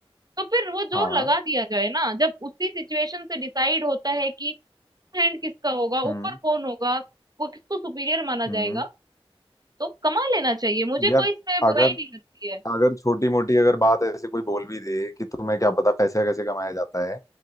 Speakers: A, on the right (about 40°); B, on the left (about 35°).
A: तो फिर वो जोर
B: हाँ
A: लगा दिया जाए ना जब उसी सिचुएशन से डिसाइड होता है कि हैंड किसका होगा ऊपर
B: हम्म
A: कौन होगा को किसको सुपीरियर माना जाएगा
B: हम्म
A: तो कमा लेना चाहिए मुझे
B: यार
A: कोई इसमें
B: अगर
A: बुराई नहीं लगती है
B: अगर छोटी मोटी अगर बात ऐसे कोई बोल भी दे कि तुम्हें क्या पता पैसा कैसे कमाया जाता है